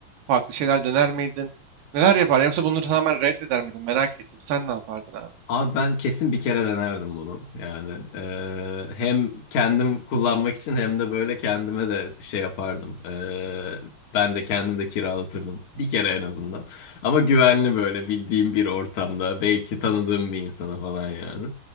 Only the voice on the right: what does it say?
farklı şeyler dener miydin? Neler yapardın? Yoksa bunları tamamen reddeder miydin? Merak ettim. Sen ne yapardın abi?